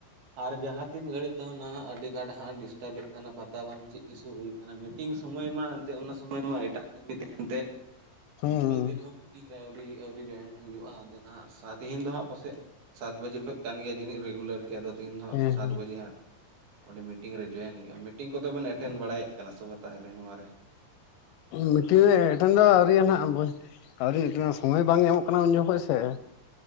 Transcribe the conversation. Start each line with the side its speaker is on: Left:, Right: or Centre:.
Right: ᱟᱨ ᱡᱟᱦᱟᱸ ᱛᱤᱱ ᱜᱷᱟᱹᱲᱤᱡ ᱫᱚ ᱱᱟᱜ ᱟᱹᱰᱤ ᱜᱟᱱ ᱦᱟᱸᱜ ᱰᱤᱥᱴᱟᱵᱮᱫ ᱠᱟᱱᱟ ᱯᱟᱛᱟ ᱵᱟᱱᱩ ᱪᱮᱫ ᱤᱥᱩ ᱦᱩᱭᱩᱠ ᱢᱤᱴᱤᱝ ᱥᱚᱢᱚᱭ ᱢᱟ ᱮᱱᱛᱮᱜ ᱚᱱᱟ ᱥᱚᱢᱚᱭ ᱢᱟ ᱮᱴᱟᱜ ᱠᱟᱹᱢᱤ ᱛᱟᱦᱮᱱ ᱛᱮ
Left: ᱦᱩᱸ
Right: ᱢᱤᱫ ᱫᱤᱱ ᱦᱚᱸ ᱢᱤᱴᱤᱝ ᱨᱮ ᱟᱹᱣᱨᱤ ᱟᱹᱣᱨᱤ ᱡᱚᱭᱮᱱ ᱦᱩᱭᱩᱜᱼᱟ ᱟᱫᱚ ᱱᱟᱜ ᱥᱟᱫᱷᱤᱱ ᱫᱚ ᱦᱟᱸᱜ ᱯᱟᱥᱮᱡ ᱥᱟᱛ ᱵᱟᱡᱮ ᱠᱷᱚᱡ ᱠᱟᱱ ᱜᱮᱭᱟ ᱡᱟᱹᱱᱤᱡ ᱨᱮᱜᱩᱞᱟᱨ ᱜᱮᱭᱟ ᱟᱫᱚ ᱛᱮᱦᱮᱧ ᱫᱚ
Left: ᱦᱮᱸ
Right: ᱥᱟᱛ
Left: ᱦᱮᱸ
Right: ᱵᱟᱡᱮ ᱦᱟᱸᱜ ᱚᱸᱰᱮ ᱢᱤᱴᱤᱝ ᱨᱮ ᱡᱚᱭᱮᱱ ᱦᱩᱭᱩᱜᱼᱟ ᱢᱤᱴᱤᱝ ᱠᱚᱫᱚ ᱵᱮᱱ ᱮᱴᱮᱱᱰ ᱵᱟᱲᱟᱭᱮᱫ ᱠᱟᱱᱟ ᱥᱮ ᱵᱟᱝ ᱛᱟᱦᱚᱞᱮ ᱱᱚᱣᱟ ᱨᱮ
Left: ᱢᱤᱴᱤᱱ ᱨᱮ ᱮᱴᱮᱱ ᱫᱚ ᱟᱹᱣᱨᱤ ᱱᱟᱜ <unintelligible> ᱟᱹᱣᱨᱤ ᱮᱴᱮᱱᱟ ᱥᱚᱢᱚᱭ ᱵᱟᱝ ᱧᱟᱢᱚᱜ ᱠᱟᱱᱟ ᱩᱱ ᱡᱚᱠᱷᱚᱱ ᱥᱮ